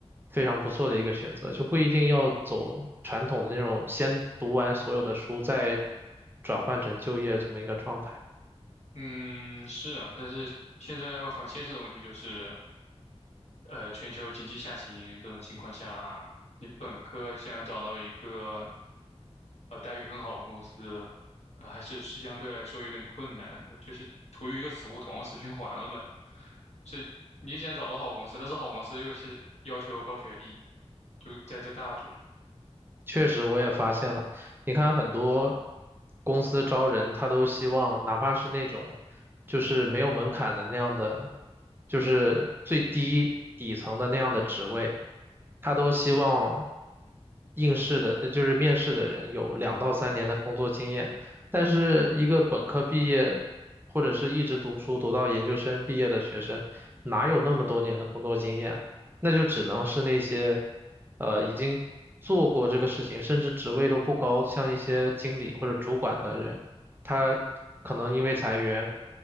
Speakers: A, on the right; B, on the left.
A: 非常不错的一个选择，就不一定要走传统的那种先读完所有的书再转换成就业这么一个状态。
B: 嗯，是啊，但是现在很现实的问题就是，呃，全球经济下行这种情况下，你本科想找到一个呃待遇很好的公司，呃，还是是相对来说有点困难的，就是处于一个死胡同、死循环了吧。就是你想找到好公司，但是好公司又是要求高学历，就在这尬住了。
A: 确实，我也发现了。你看，很多公司招人，他都希望哪怕是那种就是没有门槛的那样的，就是最低底层的那样的职位，他都希望应试的，呃就是面试的人有两到三年的工作经验。但是，一个本科毕业或者是一直读书读到研究生毕业的学生，哪有那么多年的工作经验？那就只能是那些，呃，已经做过这个事情，甚至职位都不高，像一些经理或者主管的人，他可能因为裁员